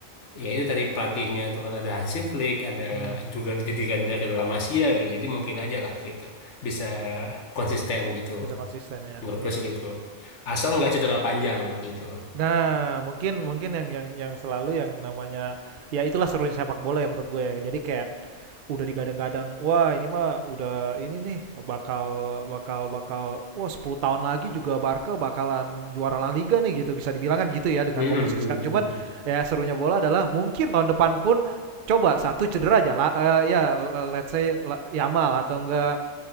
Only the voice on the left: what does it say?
ya itu tadi pelatihnya itu kan ada Hansi Flick, ada
juga didikan dari La Masia gitu. Jadi mungkin aja lah gitu bisa konsisten gitu
loh.
Menurut
gue sih gitu. Asal nggak cedera panjang gitu.
Hmm,
hmm,
hmm,
hmm.